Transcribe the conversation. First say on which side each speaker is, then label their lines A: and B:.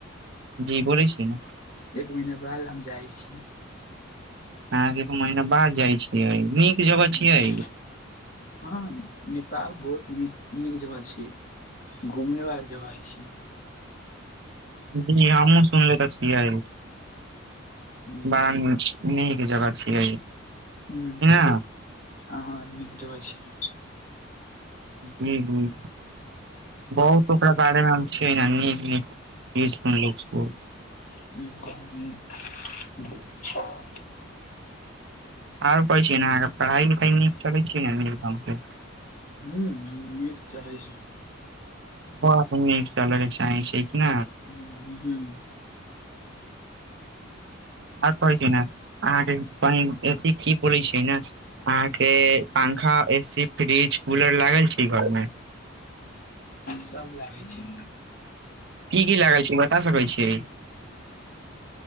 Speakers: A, on the right; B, on the left.
A: जी बोलै छी न
B: एक महीना बाद हम जाय छी
A: अहांक एक महीना
B: हम्म,
A: बाद जाय छियै नीक जगह
B: हम्म।
A: छियै
B: हँ नेपाल बहुत नी नीक जगह छियै घुमने वाला जगह हय छी
A: जी हमहुँ सुन ले त छियै
B: ह्म
A: बारा नि निक जगह छियै
B: ह
A: ने
B: हँ हँ नीक जगह छियै
A: हूँ हूँ बहुत ओकरा बारेमे हम छियै न नीक नीक न्यूज़ सुनले छियै
B: हूँ हूँ
A: आर कहै छि न अहाँक पढ़ाइ लिखाइ नीक चलैत छियै न नीक ढंग से
B: हूँ हूँ निक चलय छै
A: बड नीक चलय के चाही छी कि न
B: हूँ
A: आर कहै छै ने अहाँके बहिन अथी की बोलै छै ने अहाँ के पंखा ए सी फ्रिज कूलर लागल छै घर मे
B: सब लागै छै
A: की कि लागल छै बता सकै छीयै